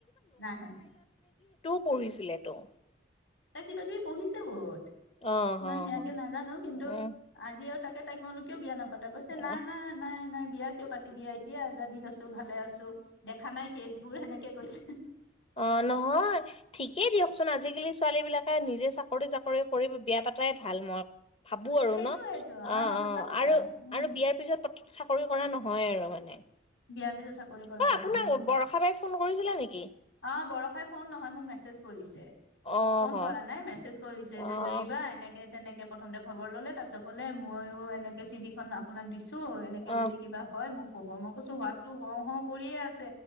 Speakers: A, on the left; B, on the left.
A: নাহে।
B: পঢ়িছিলে ত'।
A: তাই কিবা কিবি পঢ়িছে বহুত।
B: অ
A: ইমান
B: অ
A: সেয়াকে
B: অ
A: নাজানো কিন্তু
B: উম
A: আজি আৰু তাকে তাই মই কলো কিয় বিয়া নাপাতা? কৈছে নাই
B: অ
A: নাই নাই নাই বিয়া কিয় পাতি বিয়া এতিয়া আজাদীত আছোঁ। <unintelligible> ত' ভালে আছো দেখা নাই কেচ বোৰ সেনেকে কৈছে।
B: অ নহয় ঠিকেই দিয়কচোন আজিকালি ছোৱালী বিলাকে নিজে চাকৰি তাকৰি কৰি বিয়া পাতাই ভাল। মই <unintelligible> ভাবো আৰু
A: সেইটোয়েটো
B: ন অ
A: সঁচা
B: অ
A: কথা
B: আৰু
A: উম
B: আৰু বিয়াৰ পিছত চাকৰি কৰা নহয় আৰু মানে।
A: বিয়াৰ পিছত চাকৰি কৰা
B: অ
A: নহয়
B: আপোনাক
A: অ।
B: বৰষা বাই ফোন কৰিছিলে নেকি
A: অ বৰষাই ফোন নহয় মোক মেছেজ কৰিছে।
B: অ
A: ফোন
B: হ
A: কৰা নাই মেছেজ কৰিছে
B: অ',
A: যে জুৰিবা এনেকে তেনেকে প্ৰথমতে খবৰ ললে, তাৰ পিছত ক'লে মইয়ো এনেকে চিভি খন আপোনাক দি ছোঁ এনেকে
B: অ',
A: যদি কিবা হয় মোক ক'ব। মই কৈছো হোৱাটো হও হও কৰিয়ে আছে